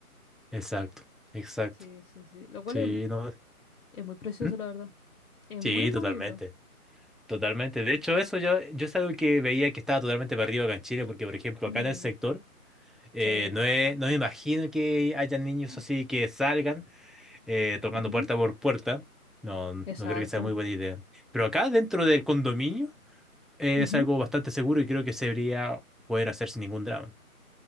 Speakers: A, in the centre; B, on the left (about 65°).
A: Exacto, exacto.
B: Sí, sí, sí. Lo cual
A: Sí,
B: es,
A: no.
B: es muy precioso,
A: ¿Mm?
B: la verdad. Es
A: Sí,
B: muy, muy
A: totalmente.
B: lindo.
A: Totalmente. De hecho, eso yo, yo es algo que veía que estaba totalmente perdido acá en Chile, porque, por ejemplo,
B: Mm,
A: acá en el sector, eh,
B: Sí, no,
A: no, he-
B: acá.
A: no me imagino que haya niños
B: Mm.
A: así que salgan eh, tocando
B: Ujú,
A: puerta por puerta. No, no
B: Exacto.
A: creo que sea muy buena idea. Pero acá, dentro del condominio, eh,
B: Ujú.
A: es algo bastante seguro y creo que se debería poder hacer sin ningún drama.